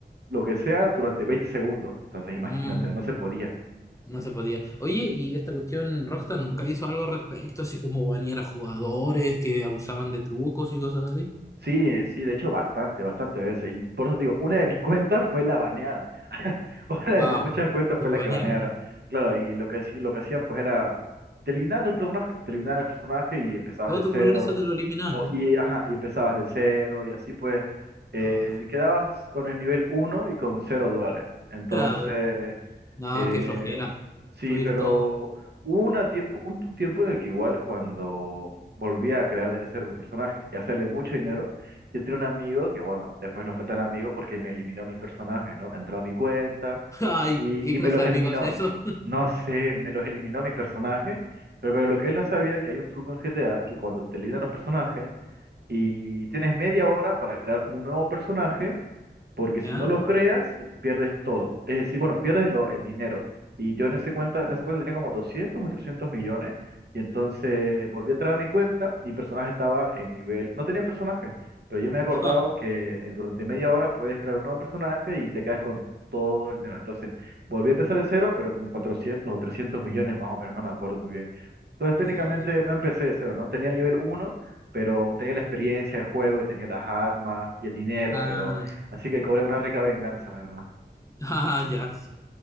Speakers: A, on the right (about 65°); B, on the left (about 15°).
A: lo que sea durante 20 segundos. Entonces, imagínate,
B: mm,
A: no se podía.
B: no se podía. Oye, y esta cuestión, Rockstar nunca hizo algo al respecto, así como banear a jugadores que abusaban de trucos y cosas así.
A: Sí, eh, sí, de hecho, bastante, bastante veces. Y por eso te digo, una de mis <laughs> cuentas fue la baneada. <laughs> Una de
B: Wow,
A: mis muchas cuentas fue
B: te banearon.
A: la que banearon. Claro, y lo que, sí- lo que hacían, pues era, te eliminaban el personaje, te eliminaban el personaje y empezabas
B: Todo
A: de
B: tu
A: cero.
B: progreso te lo eliminaron.
A: O, y, ajá, y empezabas de cero y así pues, eh,
B: Ah,
A: quedabas con el nivel uno y con cero dólares. Entonces...
B: <laughs> ah, no,
A: Eh,
B: qué flojera.
A: sí,
B: Subir
A: pero
B: todo.
A: hubo una tiempo, un tu- tiempo en el que igual cuando volvía a crear desde cero mi personaje y hacerle mucho dinero, yo tenía un amigo que, bueno, después no fue tan amigo porque me eliminó mis personajes, ¿no? Entró a mi cuenta
B: Ay,
A: y,
B: ¿qué
A: y
B: clase
A: me los
B: de
A: eliminó.
B: amigos es eso?
A: No sé, me los eliminó mi personaje, pero, pero lo que él no sabía que hay un truco en GTA que cuando te eliminan los personajes y tienes media hora para crear un nuevo personaje, porque si
B: ¿Ya?
A: no los creas, eh, pierdes todo. Es decir, bueno, pierdes lo- el dinero. Y yo en ese cuenta, en esa cuenta tenía como 200 o 300 millones, y entonces volví a entrar a mi cuenta, mi personaje estaba en nivel, no tenía personaje, pero yo me he acordado
B: <laughs>
A: que eh, durante media hora puedes crear un nuevo personaje y te quedas con todo el dinero. Entonces, volví a empezar de cero, pero con 400 o 300 millones más o menos, no me acuerdo muy bien. Entonces, técnicamente
B: ya, lo-
A: no empecé de cero, ¿no? Tenía el nivel uno pero tenía la experiencia de juego y tenía las armas y el dinero,
B: ah,
A: pero Así que cobré una rica venganza, la verdad.
B: <laughs> ah, ya, sí.